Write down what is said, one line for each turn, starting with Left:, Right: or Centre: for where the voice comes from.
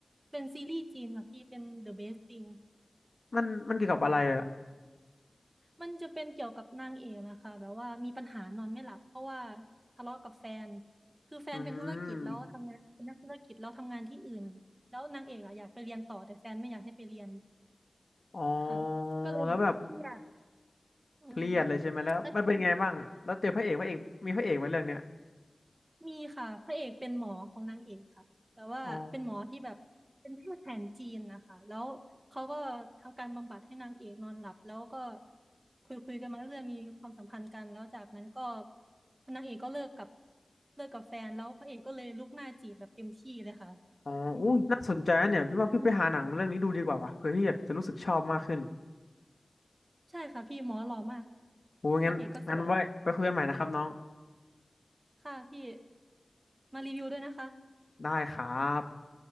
Right: เป็นซีรีส์จีนค่ะพี่เป็น The Best Thing
Left: มันมันเกี่ยวกับอะไรอะ
Right: มันจะเป็นเกี่ยวกับนางเอกนะคะแบบว่ามีปัญหานอนไม่หลับเพราะว่าทะเลาะกับแฟนคือแฟนเป็นธุรกิจแล้วทำงานเป็นนักธุรกิจแล้วทำงานที่อื่นแล้วนางเอกอะอยากไปเรียนต่อแต่แฟนไม่อยากให้ไปเรียน
Left: อืม อ๋อ
Right: ค่ะก็เลยแบบเครียด
Left: แล้วแบบ
Right: อืม
Left: เครียดเลยใช่ไหมแล้วมันเป็นไงบ้างอะแล้วเจอพระเอกพระเอกมีพระเอกไหมเรื่องเนี้ย
Right: แล้วจริงมีค่ะพระเอกเป็นหมอของนางเอกค่ะแต่ว่าเป็นหมอที่แบบเป็นแพทย์แผนจีนนะคะแล้วเขาก็ทำการบำบัดให้นางเอกนอนหลับแล้วก็
Left: อ๋อ
Right: คุยคุยกันมาเรื่อยๆมีความสัมพันธ์กันแล้วจากนั้นก็นางเอกก็เลิกกับเลิกกับแฟนแล้วพระเอกก็เลยลุกหน้าจีบแบบเต็มที่เลยค่ะ
Left: อ๋ออุ้ยน่าสนใจนะเนี่ยพี่ว่าพี่ไปหาหนังเรื่องนี้ดูดีกว่าว่ะเผื่อที่อยากจะรู้สึกชอบมากขึ้น
Right: อืมนี่สนุกใช่ค่ะพี่หมอหล่อมาก
Left: โอ้ยงั้นงั้นไว้ไปคุยกันใหม่นะครับน้อง
Right: นางเอกก็สวยค่ะพี่มารีวิวด้วยนะคะ
Left: ได้ครับ